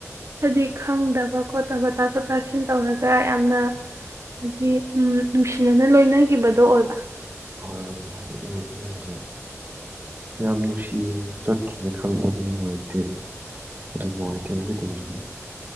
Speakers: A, on the right; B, on the right.
A: ꯍꯥꯏꯗꯤ ꯈꯪꯗꯕ ꯈꯣꯠꯇꯕ ꯇꯥꯊꯣꯛ ꯇꯥꯁꯤꯟ ꯇꯧꯔꯒ ꯌꯥꯝꯅ ꯑꯗꯤ ꯎꯝ ꯅꯨꯡꯁꯤꯅꯅ ꯂꯣꯏꯅꯒꯤꯕꯗꯣ ꯑꯣꯏꯕ
B: ꯍꯣꯏ ꯑꯗꯨꯃꯥꯏꯅ ꯑꯣꯏ ꯑꯗꯨꯅ ꯌꯥꯝ ꯅꯨꯡꯁꯤꯌꯦ ꯆꯠꯈꯤꯅꯤ ꯈꯟꯕꯗ ꯅꯨꯡꯉꯥꯏꯇꯦ ꯑꯗꯨ ꯅꯨꯡꯉꯥꯏꯇꯦꯅ ꯀꯩꯗꯧꯔꯅꯤ